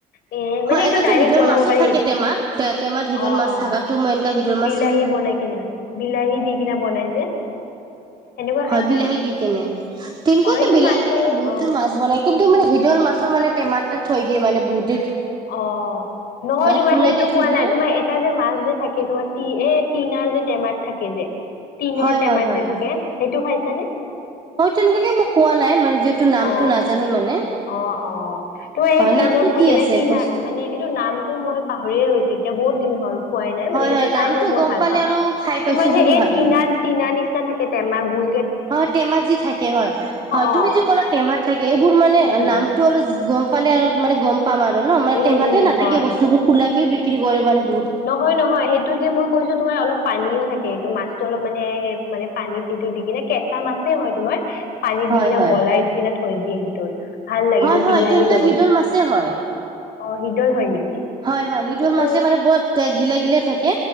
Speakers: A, on the left; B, on the right.
A: এ মানে
B: হয়
A: এইটো
B: এটা
A: ডাইৰেক্ট
B: হিদল
A: বনাব
B: মাছো
A: পাৰি
B: টেমাত তে টেমাত হিদল
A: অ
B: মাছ
A: অ
B: থকাতো মই এনেকা হিদৰ মা -
A: বিলাহী বনাই কিনা বিলাহী দি কিনে বনাই যে? সেনেকুৱা খাইছানে
B: হয় বিলাহী দি কেনে কেনকোৱাকে
A: অ এইটো
B: বিলাহী
A: মাছৰ
B: দি কেনে বহুতে
A: অ
B: মাছ বনাই - কিন্তু মানে সিদল মাছ মানে টমাতে থৈ দিও বহুত -
A: অ, নহয় তোমাৰ
B: খোলাকে
A: সেইটো কোৱা
B: থৈ দিলে
A: নাই তোমাৰ এটা যে মাছ যে থাকে তোমাৰ টি এত - টিনা যে টেমাত থাকে যে টিনৰ
B: হয়
A: টেমাত
B: হয় হয়
A: যে থাকে সেইটো খাইছনে?
B: হয় তেনেকুৱাকে মোক কোৱা নাই নামটো
A: অ
B: নাজানো মানে।
A: অ, অ তোমা
B: হয়
A: এই টিনত
B: নামটো
A: থাকে
B: কি আছে কচ
A: মানে তি - এইটো নামটো মই পাহৰিয়ে গৈছো এতিয়া বহুত দিন হ'ল। খোৱাই নাই মানে
B: হয়
A: হেইটো
B: হয়
A: খাই
B: নামটো
A: মই বৰ
B: গম
A: ভাল
B: পালে
A: পাওঁ।
B: আৰু খাই
A: তোমাৰ
B: পাইছো
A: যে
B: বুলি
A: এই
B: ভাব
A: টনা টনা নিচ - তাতে থাকে টেমা গুল।
B: হয় টেমা যি থাকে হয় হয়
A: অ'।
B: তুমি যি ক'লা টেমাত থাকে এইবোৰ মানে
A: উম,
B: নামটো গম পালে আৰু মানে গম পাম আৰু ন মানে
A: উম,
B: টেমাতে
A: উম,
B: নাথাকে
A: হয়।
B: বস্তুবোৰ খোলাকে বিক্ৰী কৰে মানে -
A: নহয় - নহয় হেইটো যে মই কৈছো তোমাৰ অলপ পানীও থাকে এইটো মাছটো অলপ - মানে - মানে পানীত এইটো দি কিনে কেঁচা মাছেই হয় তোমাৰ পানীত
B: হয়
A: দি কিনে
B: হয়
A: গলাই কি থৈ দিয়ে হেইটো ভাল লাগে
B: হয় হয়
A: বিলাহীৰ
B: তেনেকুৱা
A: লগত
B: হিদল মাছে হয়
A: অ শিদল হয় নেকি?
B: হয় - হয় সিদল
A: এইটোতো
B: মাছেই মানে গিলাই গিলাই থাকে